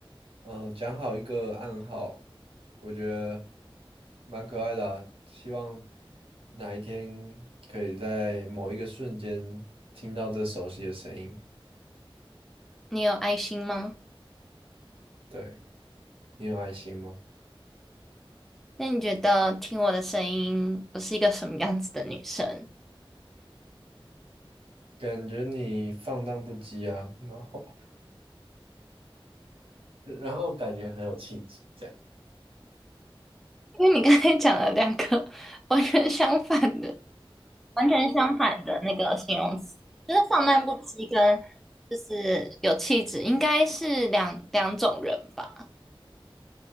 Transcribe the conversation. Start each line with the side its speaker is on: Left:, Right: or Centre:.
Right: 嗯、呃讲好一个暗号，我觉得蛮可爱的啊希望哪一天可以在某一个瞬间听到这熟悉的声音。
Centre: 你有爱心吗？
Right: 对，你有爱心吗？
Centre: 那你觉得听我的声音，我是一个什么样子的女生？
Right: 感觉你放荡不羁啊，然后 <laughs> 然后感觉很有气质，这样
Centre: 因为你刚才讲了两个 <laughs> 完全相反的 <laughs>、完全相反的那个形容词，就是放荡不羁跟就是有气质，应该是两两种人吧？